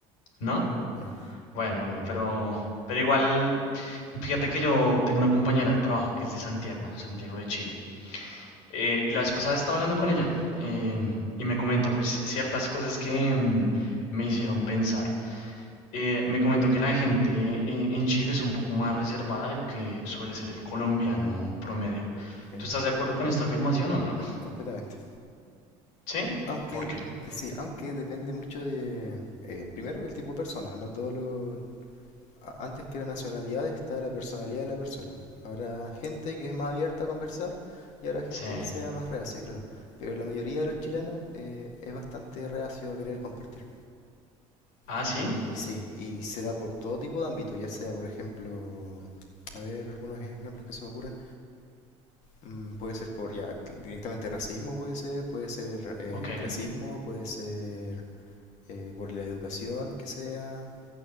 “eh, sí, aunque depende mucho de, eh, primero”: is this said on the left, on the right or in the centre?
Left